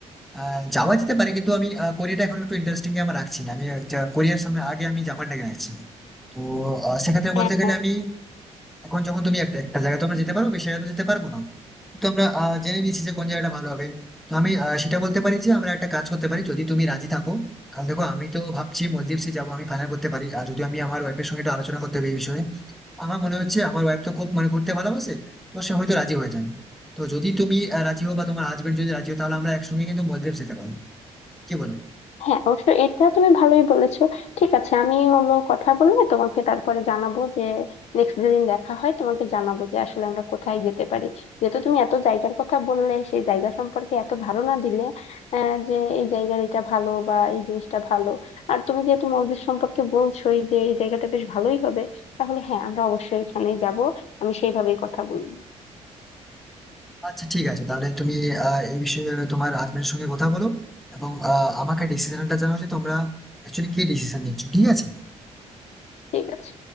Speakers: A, in the centre; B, on the left.
A: আহ, যাওয়া যেতে পারে কিন্তু আমি আহ, কোরিয়াটা এখন একটু ইন্টারেস্টিং আমার রাখছি না আমি যা- কোরিয়ার সামনে আগে আমি জাপানটাকে রাখছি তো আহ, সেক্ষেত্রে
B: হ্যাঁ
A: বলতে গেলে
B: হ্যাঁ
A: আমি এখন যখন তুমি একটা একটা জায়গায় তোমরা যেতে পারো বেশি জায়গায় তো যেতে পারবো না তো আমরা আহ, জেনে নিয়েছি যে কোন জায়গাটা ভালো হবে তো আমি আহ, সেটা বলতে পারি যে আমরা একটা কাজ করতে পারি যদি তুমি রাজি থাকো কারণ দেখো আমি তো ভাবছি মলদ্বীপসে যাবো আমি ফাইনাল করতে পারি আর যদি আমি আমার ওয়াইফের সঙ্গে একটু আলোচনা করতে হবে এই বিষয়ে আমার মনে হচ্ছে আমার ওয়াইফ তো খুব মানে ঘুরতে ভালোবাসে তো সে হয়তো রাজি হয়ে যাবে তো যদি তুমি আহ, রাজি হও বা তোমার হাজবেন্ড যদি রাজি হয় তাহলে আমরা একসঙ্গে কিন্তু মলদ্বীপ যেতে পারবো কি বলো
B: হ্যাঁ অবশ্য এটা তুমি ভালোই বলেছো ঠিক আছে আমি হলো কথা বলে তোমাকে তারপরে জানাবো যে নেক্সট যেদিন দেখা হয় তোমাকে জানাবো যে আসলে আমরা কোথায় যেতে পারি যেহেতু তুমি এত জায়গার কথা বললে সেই জায়গা সম্পর্কে এত ধারণা দিলে আহ, যে এই জায়গার এটা ভালো বা এই জিনিসটা ভালো আর তুমি যেহেতু মলদ্বীপ সম্পর্কে বলছোই যে এই জায়গাটা বেশ ভালোই হবে তাহলে হ্যাঁ আমরা অবশ্যই এখানেই যাব আমি সেইভাবেই কথা বলবো
A: আচ্ছা ঠিক আছে তাহলে তুমি আহ, এই বিষয়ে তোমার হাজবেন্ডের সঙ্গে কথা বলো এবং আহ, আমাকে ডিসিশনটা জানাও যে তোমরা অ্যাকচুয়ালি কি ডিসিশন নিচ্ছ ঠিক আছে
B: ঠিক আছে